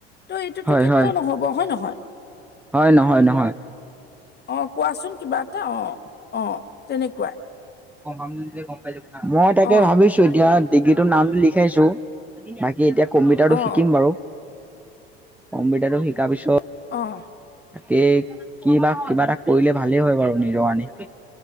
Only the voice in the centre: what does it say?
হয়
হয়
হয় নহয় নহয়।
গ পাম গম পাই যাব মই তাকে
ভাবিছো এতিয়া ডিগ্ৰীটোৰ নামটো লিখাইছো বাকী এতিয়া কম্পিউটাৰটো
শিকিম বাৰু কম্পিউটাৰটো শিকাৰ পিচত
তাকেই কি বা কিবা এটা কৰিলে ভালেই হয় বাৰু নিজৰ কাৰণে